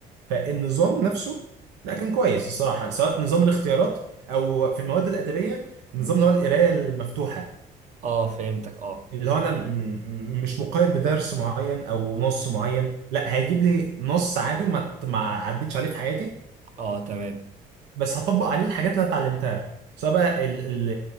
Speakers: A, on the right; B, on the right.
A: فالنظام نفسه لا
B: امم
A: كان كويس الصراحه سواء نظام الاختيارات او في المواد الادبيه النظام
B: امم.
A: اللي هو القرايه المفتوحه
B: اه فهمتك اه
A: اللي هو انا م- مش مقيد بدرس معين او نص معين لا هيجيب لي نص عادي ما ت- ما عدتش عليه في حياتي
B: اه تمام
A: بس هطبق عليه الحاجات اللي انا اتعلمتها سواء بقى ال- ال-